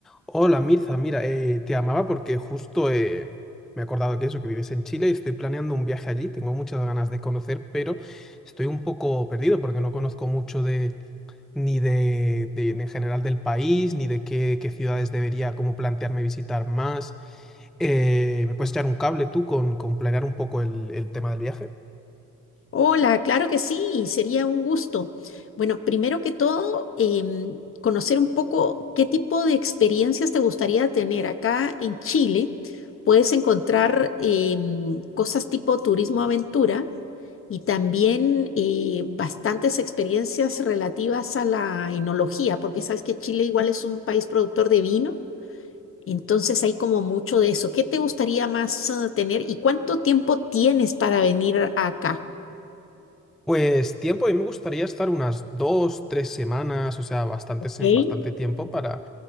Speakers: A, in the centre; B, on the left.
A: Hola Mirza, mira, eh, te amaba porque justo eh, me he acordado que eso, que vives en Chile y estoy planeando un viaje allí. Tengo muchas ganas de conocer, pero estoy un poco perdido porque no conozco mucho de ni de, de- en general del país, ni de qué, qué ciudades debería como plantearme visitar más. Eh, ¿me puedes echar un cable tú con, con planear un poco el, el tema del viaje?
B: Hola, claro que sí, sería un gusto. Bueno, primero que todo, em, conocer un poco qué tipo de experiencias te gustaría tener. Acá en Chile puedes encontrar em, cosas tipo turismo aventura y también eh, bastantes experiencias relativas a la enología, porque sabes que Chile igual es un país productor de vino, entonces hay como mucho de eso. ¿Qué te gustaría más eh, tener y cuánto tiempo tienes para venir acá?
A: Pues tiempo, a mí me gustaría estar unas dos, tres semanas, o sea, bastante,
B: Ok.
A: sem- bastante tiempo para